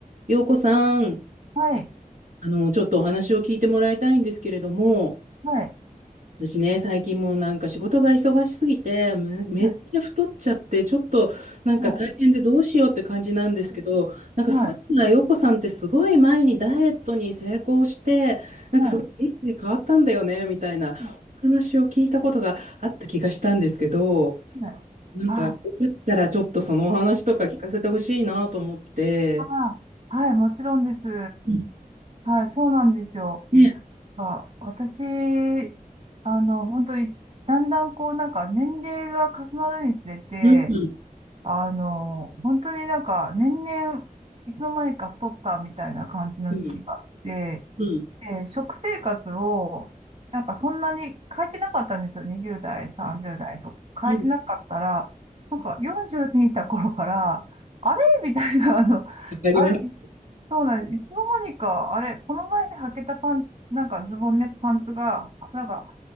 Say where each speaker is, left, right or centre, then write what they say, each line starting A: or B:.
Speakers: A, on the right; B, on the right.
A: 洋子さん、
B: はい、
A: あの、ちょっとお話を聞いてもらいたいんですけれども、
B: はい、
A: 私ね、最近もうなんか仕事が忙しすぎて、め、めっちゃ太っちゃって、
B: はい、
A: ちょっとなんか大変でどうしようって感じなんですけど、
B: うん
A: なんかそういうのは洋子さんってすごい前にダイエットに成功して、
B: うんはい、
A: なんかすごい人生変わったんだよね、
B: はい、
A: みたいなお話を聞いたことがあった気がしたんですけど、
B: はいはいあ、
A: なんかよかったらちょっとそのお話とか聞かせてほしいなと思って。
B: あ、はい、もちろんです。
A: うん
B: はい、そうなんですよ。
A: ね
B: あ、私、あの、本当に、だんだんこう、なんか年齢が重なるにつれて、
A: うん。
B: あの、本当になんか年々、いつの間にか太ったみたいな感じの時期があって、
A: うん。うん。
B: で、食生活を、なんかそんなに変えてなかったんですよ。20代、30代と。変えてなかったら、
A: うん、わ
B: なんか40過ぎた頃から、あれみたいな、あの、
A: かります。
B: あれ、そうなんです。いつの間にか、あれ、この前履けたパン、なんかズボンね、パンツが、なんか、